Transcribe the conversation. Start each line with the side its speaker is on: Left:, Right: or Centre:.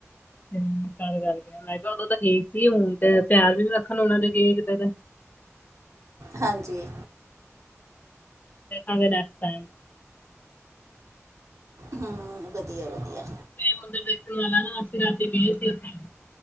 Left: ਹੂੰ ਕਰ ਗੱਲ ਕਰ। ਮੈਂ ਕਿਹਾ ਉਦੋਂ ਤਾਂ ਠੀਕ ਸੀ। ਹੁਣ ਤੇ ਪੈਰ ਵੀ ਨੀ ਰੱਖਣ ਹੋਣਾਂ ਜ਼ਮੀਨ ਤੇ, ਤੇ।
Right: ਹਾਂਜੀ।
Left: ਵੇਖਾਂਗੇ ਨਕਸ਼ ਟਾਇਮ।
Right: ਹੂੰ ਵਧੀਆ- ਵਧੀਆ।
Left: ਮੰਦਿਰ ਹੁਣ ਤੇ ਦੇਖਣ ਵਾਲਾ ਨਾ ਅਸੀਂ ਰਾਤੀਂ ਗਏ ਸੀ ਉਥੇ।